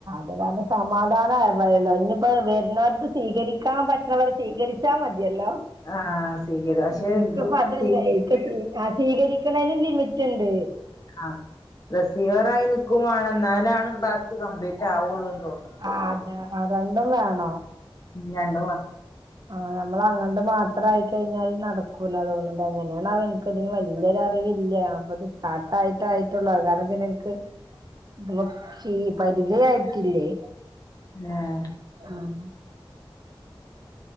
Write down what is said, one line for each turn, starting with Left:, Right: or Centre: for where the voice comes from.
Right: <unintelligible> സമാധാനായല്ലോ ഇനിയിപ്പോ വെര്. ങ്ങളത് സ്വീകരിക്കാൻ പറ്റണവർ സ്വീകരിച്ചാമതിയല്ലോ
Left: ആഹ് സ്വീകരി പക്ഷെ
Right: എനിക്കപ്പതല്ലേ
Left: ഇത് സ്വീകരിക്കണം
Right: എക്ക് സ്വി സീകരിക്ക.. ക്കണെന് ലിമിറ്റിണ്ട്.
Left: ആ റെസീവറായി നിക്കുവാണം ന്നാലാണ് ടാസ്ക് കംപ്ലീറ്റ് ആവൊള്ളൂന്ന് തോന്നുന്ന്.
Right: ആ അതെ ആ രണ്ടും വേണോ.
Left: മിന്നന്ന്
Right: ആ നമ്മളങ്ങട്ട് മാത്രായി കയിഞ്ഞാൽ നടക്കൂല തോന്നിണ്ട്‌ എങ്ങനെയാവൊ യ്ക്ക്. ഇപ്പൊതിന് വലിയൊരറിവില്യാ ഞാപ്പത് സ്റ്റാർട്ടായിട്ടായിട്ടൊള്ളൂ അത്കാരണംപ്പനിക്ക്. ത് ശി പരിചയായിട്ടില്ലേ.
Left: ഏഹ്.
Right: ആഹ്